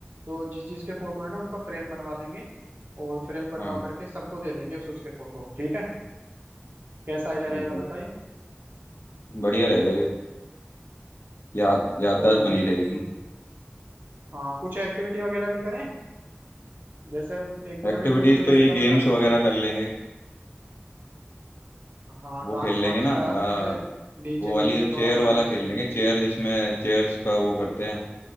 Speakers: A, on the right; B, on the left.
A: तो जिस जिस के फोटो है ना उनका फ्रेम बनवा लेंगे और फ्रेम बनवा
B: हाँ
A: करके सबको दे देंगे उस उसके फोटो ठीक है कैसा आइडिया
B: ठीक
A: रहेगा
B: है
A: बताइए
B: बढ़िया रहेगा ये याद याददाश्त
A: और
B: बनी
A: गे
B: रहेगी
A: कुछ हाँ कुछ एक्टिविटी वगैरह भी करें जैसे एक तो
B: एक्टिविटीज
A: मैंने ट्रुथ देर
B: तो यही
A: का
B: गेम्स
A: बता दिया
B: वगैरह कर लेंगे
A: हाँ
B: वो
A: डांस
B: खेल लेंगे
A: वांस
B: ना
A: का यार
B: आ,
A: जैसे डीजे
B: वो
A: वीजे
B: वाली चेयर
A: थोड़ा मौज
B: वाला
A: मस्ती
B: खेल लेंगे चेयर जिसमें चेयर्स का वो करते हैं